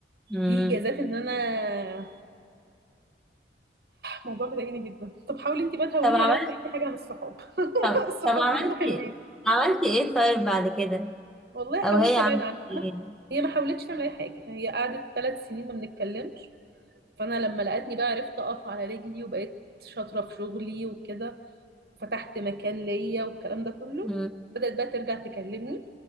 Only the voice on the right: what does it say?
دي جازات ان انا الموضوع مضايقني جدا طب حاولي انت بقى تهوني
عليها وتحكي حاجه عن الصحاب <laughs>
الصحاب
بيكونوا حلوين
والله حاولت
ابعد عنها
هي ما حاولتش تعمل اي حاجه هي قعدت ثلاث سنين ما بنتكلمش فانا لما لقيتني بقى عرفت اقف على رجلي وبقيت شاطره في شغلي وكده فتحت مكان ليا والكلام ده كله
بدات بقى ترجع تكلمني